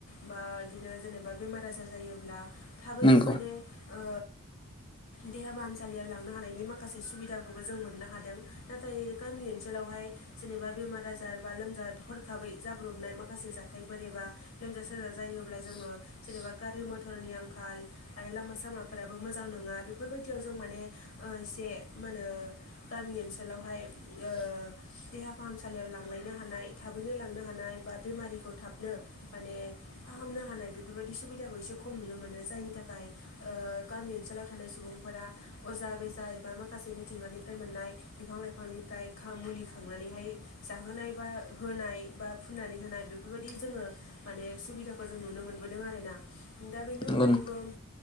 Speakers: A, on the left; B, on the left.
A: बा बिदिनो जेनेबा बेमार आजार जायोब्ला थाबैनो
B: नंगौ
A: माने ओ देहा फाहामसालियाव लांनो हानायनि माखासे सुबिदाखौबो जों मोननो हादों नाथाय गामि ओनसोलावहाय जेनेबा बेमार आजार बा लोमजा हरखाबै जाब्रबनाय माखा माखासे जाथायफोर एबा लोमजा साजा जायोब्ला जोङो जेनेबा गारि मथरनि आंखाल आरो लामा सामाफोराबो मोजां नङा बेफोरबायदियाव जों माने एसे मा होनो गामि ओनसोलावहाय ओ देहा फाहामसालियाव लांलायनो हानाय थाबैनो लांनो हानाय बा बेमारिखौ थाबनो माने फाहामनो हानाय बेफोरबायदि सुबिदाखौ एसे खम नुनो मोनो जायनि थाखाय ओ गामि ओनसोलाव थानाय सुबुंफोरा अजा बेजा एबा माखासे मिथिंगानिफ्राय मोननाय बिफां लाइफांनिफ्राय मुलि खांनानैहाय जाहोनाय बा होनाय बा फुननानै होनाय बेफोरबायदि जोङो माने सुबिदाखौ जों नुनो मोनबोदों आरोना। दा बेनि
B: नंगौ
A: अनगायैबो
B: नोंथां